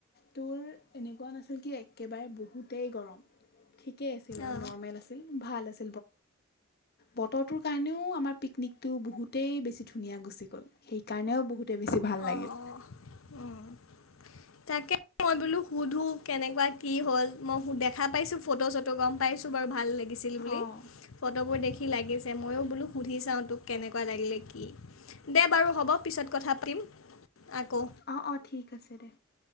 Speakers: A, on the left; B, on the left.
A: তোৰ এনেকোৱা নাছিল কি একেবাৰে বহুতেই গৰম ঠিক আছিল আৰু
B: অ,
A: নৰ্মেল আছিল ভাল আছিল বতৰটোৰ কাৰণেও আমাৰ পিক নিকটো বহুতেই বেছি ধুনীয়া গুচি গ'ল সেইকাৰণেও বহুতে বেছি ভাল
B: অ, অ,
A: লাগিল
B: অ, উম। তাকে মই বোলো সুধো কেনেকোৱা কি হ'ল মই দেখা পাইছো ফটো চটো গম পাইছো বাৰু ভাল লাগিল দিছিল বুলি
A: অঁ
B: ফটোবোৰ দেখি লাগিছে মইও বোলো সুধি চাও তোক কেনেকোৱা লাগিলে কি দে বাৰু হ'ব পিছত কথা পাতিম আকৌ
A: অ অ ঠিক আছে দে